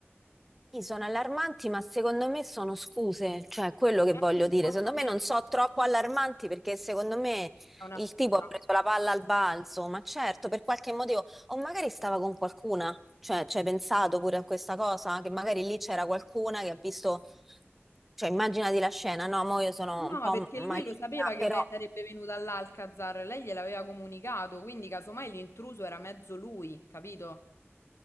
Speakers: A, in the centre; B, on the left.
A: Sì, sono allarmanti, ma secondo me sono scuse, cioè quello che
B: E
A: voglio
B: Anche secondo
A: dire. Secondo me
B: me
A: non so troppo allarmanti perché secondo me
B: è una
A: il
B: scusa.
A: tipo ha preso la palla al balzo, ma certo, per qualche motivo, o magari stava con qualcuna, cioè ci hai pensato pure a questa cosa, che magari lì c'era qualcuna che ha visto, cioè immaginati la scena, no, mo io sono
B: No,
A: un
B: ma
A: po'
B: perché
A: maligna,
B: lui lo sapeva che
A: però
B: lei sarebbe venuta all'Alcazar, lei gliel'aveva comunicato, quindi casomai l'intruso era mezzo lui, capito?